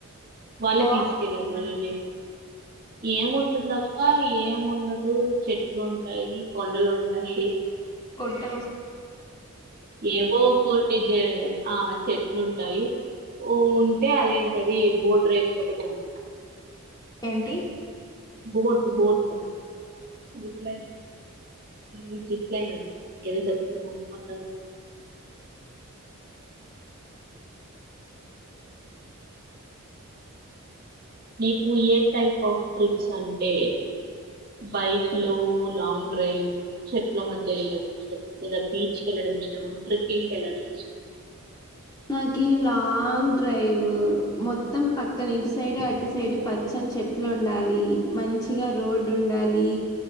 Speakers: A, on the right; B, on the left.
A: వాళ్ళే
B: బాగుంది
A: తీసుకెళ్లరు వాళ్ళని ఏముంటుందక్క ఏమిండదు చెట్లు ఉంటాయి కొండలుంటాయి.
B: కొట్టలో
A: ఏవో కొన్ని జె ఆ చెట్లు ఉంటాయి ఓ ఉంటే అదేంటది బోట్ డ్రైవింగ్ ఒకటి ఉంటుంది.
B: ఏంటి
A: బోట్ బోతటు రిప్లైయిడ్ అ జీప్లైన్ ఎది కత్తు కొ నీకు ఏ టైప్ ఆఫ్ ట్రిప్స్ అంటే బైక్ లో లాంగ్ డ్రైవ్ చెట్లా మధ్య యెల్లడం ఇష్టం, ఇంగా బీచ్ కెల్లా ష్టమా ట్రేక్కింగ్ కెల్లడం ఇష్టమా
B: నాకి లాంగ్ డ్రైవు మొత్తం పక్కన ఇటు సైడ్ అటు సైడు పచ్చని చెట్లు ఉండాలి మంచిగా రోడ్డు ఉండాలి